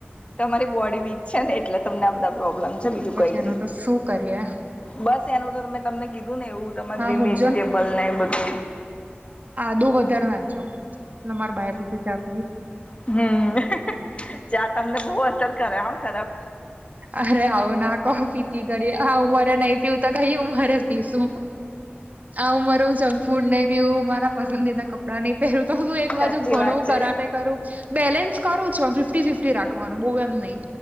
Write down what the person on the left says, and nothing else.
તમારી બોડી વીક છે ને એટલે તમને આ બધા પ્રોબ્લેમ બીજું
કઈ
નહી
બસ એનું તો તમે તમને કીધું ને એવું તમા
ગ્રીન
વેજીટેબ બલને બદધુ
હમ ચા તમને બહુ અસર કરે હ ખરાબ
સાચી
વાત છે